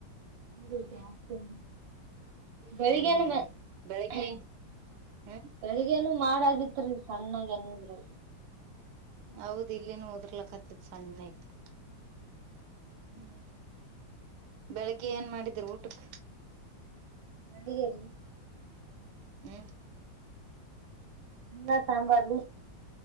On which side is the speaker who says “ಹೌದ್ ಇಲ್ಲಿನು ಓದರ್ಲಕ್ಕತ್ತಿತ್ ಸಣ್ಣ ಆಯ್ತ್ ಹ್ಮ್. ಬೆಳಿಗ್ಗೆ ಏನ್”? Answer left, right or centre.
Right